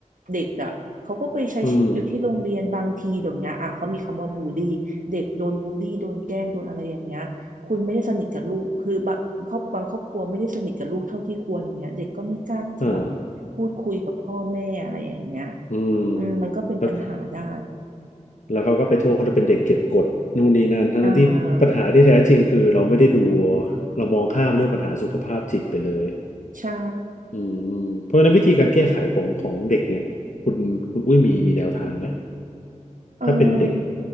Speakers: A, on the right (about 80°); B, on the left (about 65°).
A: เด็กอ่ะเขาก็ไปใช้ชีวิตอยู่ที่โรงเรียนบางทีเดี๋ยวนี้อ่ะเขามีคำว่าบูลลี่เด็กโดนบูลลี่โดนแกล้งโดนอะไรอย่างเงี้ยคุณไม่ได้สนิทกับลูกคือบางครอบบางครอบครัวไม่ได้สนิทกับลูกเท่าที่ควรอย่างเงี้ยเด็กก็ไม่กล้าที่จะแบบพูดคุยกับพ่อแม่อะไรอย่างเงี้ย
B: อืมอ่าอืม
A: อืมมันก็เป็นปัญหาได้
B: แล้ว แล้วเขาก็ไปโทษว่าเป็นเด็กเก็บกดนู่นนี่นั่นทั้งๆที่ปัญหาที่แท้จริงคือเราไม่ได้ดู
A: อ่า
B: เรามองข้ามเรื่องปัญหาสุขภาพจิตไปเลย
A: ใช่
B: อืมเพราะฉะนั้นวิธีการแก้ไขของของเด็กเนี่ยคุณคุณอุ้ยมีมีแนวทางไหม
A: เออ
B: ถ้าเป็นเด็ก